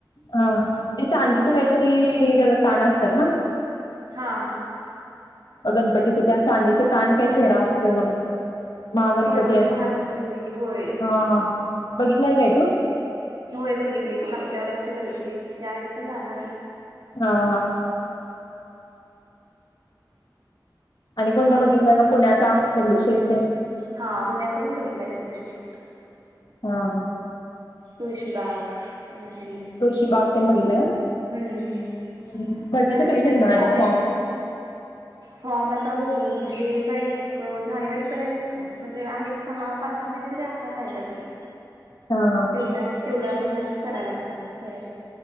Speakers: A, on the left; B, on the right.
A: हा, त्या चांदीचं काहीतरी कान असतात ना.
B: हा.
A: गणपतीचे त्या चांदीचे कान काय चेहरा असतोय बघा. महागणपती
B: होय होय
A: असतील,
B: महागणपती होय
A: हा-हा बघितलाय काय तो.
B: होय बघितले की, मागच्या वर्षी बघितले, यावेळेस पण जाणार आहे.
A: हा हा. आणि कोणता
B: बघू
A: बघितलाय ना पुण्याचा दगडू शेठ ते.
B: हा पुण्याचा पण बघितलंय दकडू शेठ.
A: हा ह.
B: तुळशी बाग आणि आपली.
A: तुळशी बाग तेन बघेलं का.
B: हम्म,
A: हम्म. भरतीचं
B: खरेदीसाठी
A: कधी निघणार आता
B: छान
A: फॉर्म
B: आहे तिथं. फॉर्म आता बघू, म्हणजे जाईल एक जानेवारीपर्यंत म्हणजे आहेत सहा-पाच-सहा महिने तरी हातात. तायेत अजून.
A: हा.
B: त्यात तेवढ्या महिन्यातच करायला लागणार आहे तयार.